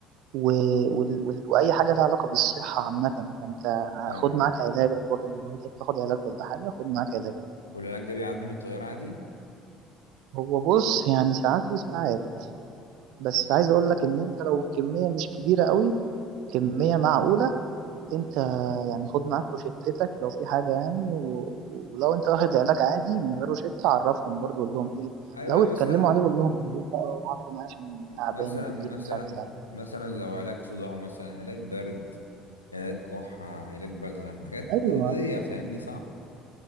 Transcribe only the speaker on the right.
و... وال... وال... وأي حاجة لها علاقة بالصحة عامة فأنت
خد معاك علاجك برضه لو أنت بتاخد علاج ولا حاجة خد معاك علاجك
هو بص يعني ساعات وساعات
بس عايز أقول لك إن أنت لو الكمية مش كبيرة قوي كمية معقولة انت
يعني خد معاك روشتتك لو في حاجة يعني و- ولو انت واخد علاج عادي من غير روشتة عرفهم برضو قول لهم ايه
لو
اتكلموا عليه قول لهم إن ده هاخده معايا عشان تعبان
وبيجيلي
مش عارف تعبان
ايوه
اه